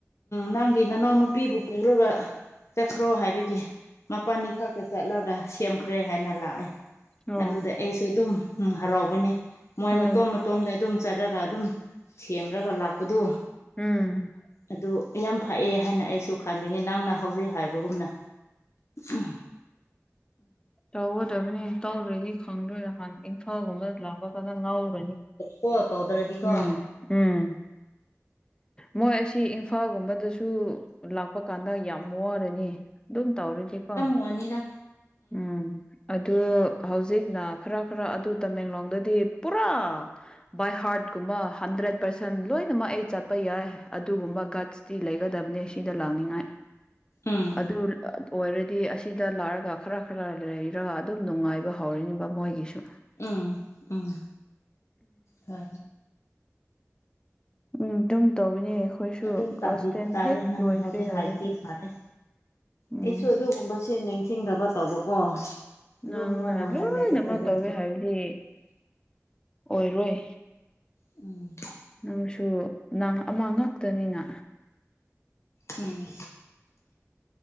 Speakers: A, on the left (about 60°); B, on the left (about 15°).
A: ꯅꯪꯒꯤ ꯅꯅꯥꯎꯅ ꯅꯨꯄꯤꯕꯨ ꯄꯨꯔꯒ ꯆꯠꯈ꯭ꯔꯣ ꯍꯥꯏꯕꯒꯤ ꯃꯄꯥꯅꯤ ꯈꯛꯇ ꯆꯠꯂꯒ ꯁꯦꯝꯈ꯭ꯔꯦ ꯍꯥꯏꯅ ꯂꯥꯛꯑꯦ
B: ꯑꯣ
A: ꯑꯗꯨꯗ ꯑꯩꯁꯨ ꯑꯗꯨꯝ ꯍꯔꯥꯎꯕꯅꯤ ꯃꯣꯏ
B: ꯎꯝ
A: ꯃꯇꯣꯝ ꯃꯇꯣꯝꯗ ꯑꯗꯨꯝ ꯆꯠꯂꯒ ꯑꯗꯨꯝ ꯁꯦꯝꯔꯒ ꯂꯥꯛꯄꯗꯨꯣ
B: ꯎꯝ
A: ꯑꯗꯨ ꯌꯥꯝ ꯐꯛꯑꯦ ꯍꯥꯏꯅ ꯑꯩꯁꯨ ꯈꯟꯕꯅꯤ ꯅꯪꯅ ꯍꯧꯖꯤꯛ ꯍꯥꯏꯕꯒꯨꯝꯅ ꯎ ꯑ
B: ꯇꯧꯒꯗꯕꯅꯤ ꯇꯧꯗ꯭ꯔꯗꯤ ꯈꯪꯗ꯭ꯔꯣꯏꯅ ꯍꯥꯟꯅ ꯏꯪꯈꯥꯜꯒꯨꯝꯕ ꯂꯥꯛꯄ ꯀꯗ ꯉꯥꯎꯔꯅꯤ
A: ꯀꯣ ꯇꯧꯗ꯭ꯔꯗꯤ
B: ꯎꯝ
A: ꯀꯣ
B: ꯎꯝ ꯃꯣꯏ ꯑꯁꯤ ꯑꯐꯥꯒꯨꯝꯕꯗꯁꯨ ꯂꯥꯛꯄ ꯀꯥꯟꯗ ꯌꯥꯝ ꯋꯥꯔꯅꯤ ꯑꯗꯨꯝ ꯇꯧꯔꯗꯤꯀꯣ
A: ꯋꯅꯤꯗ
B: ꯎꯝ ꯑꯗꯨ ꯍꯧꯖꯤꯛꯅ ꯈꯔ ꯈꯔ ꯑꯗꯨ ꯇꯃꯦꯡꯂꯣꯡꯗꯗꯤ ꯄꯨꯔꯥ ꯕꯥꯏ ꯍꯥꯔꯠꯀꯨꯝꯕ ꯍꯟꯗ꯭ꯔꯦꯠ ꯄꯥꯔꯁꯦꯟꯠ ꯂꯣꯏꯅꯃꯛ ꯑꯩ ꯆꯠꯄ ꯌꯥꯏ ꯑꯗꯨꯒꯨꯝꯕ ꯒꯠꯁ ꯇꯤ ꯂꯩꯒꯗꯕꯅꯦ ꯁꯤꯗ ꯂꯥꯛꯅꯤꯡꯉꯥꯏ
A: ꯎꯝ
B: ꯑꯗꯨ ꯑꯣꯏꯔꯗꯤ ꯑꯁꯤꯗ ꯂꯥꯛꯑꯒ ꯈꯔ ꯈꯔ ꯂꯩꯔꯒ ꯑꯗꯨꯝ ꯅꯨꯡꯉꯥꯏꯕ ꯍꯧꯔꯤꯅꯤꯕ ꯃꯣꯏꯒꯤꯁꯨ
A: ꯎꯝ ꯎꯝ ꯍ
B: ꯎꯝ ꯗꯨꯝ ꯇꯧꯕꯅꯦ ꯑꯩꯈꯣꯏꯁꯨ
A: ꯑꯗꯨꯝ
B: ꯀ꯭ꯂꯥꯁ
A: ꯇꯝꯕꯤꯕ
B: ꯇꯦꯟ
A: ꯇꯥꯔꯦ
B: ꯍꯦꯛ
A: ꯅꯪꯅ
B: ꯂꯣꯏꯈ꯭ꯔꯦ
A: ꯍꯧꯖꯤꯛ
B: ꯍꯥꯏꯔꯗꯤ
A: ꯍꯥꯏꯕꯗꯤ ꯐꯔꯦ
B: ꯎꯝ
A: ꯑꯩꯁꯨ ꯑꯗꯨꯒꯨꯝꯕꯁꯦ ꯅꯤꯡꯁꯤꯡꯗꯕ ꯇꯧꯕꯀꯣ ꯑꯗꯨꯝ
B: ꯅꯪꯅ
A: ꯃꯣꯏꯅ
B: ꯂꯣꯏꯅꯃꯛ
A: ꯍꯥꯏ ꯍꯥꯏꯕꯗ ꯑꯗꯨꯝ
B: ꯇꯧꯒꯦ ꯍꯥꯏꯕꯗꯤ ꯑꯣꯏꯔꯣꯏ
A: ꯎꯝ <inaudible>
B: ꯅꯪꯁꯨ ꯅꯪ ꯑꯃ ꯉꯛꯇꯅꯤꯅ
A: ꯎꯝ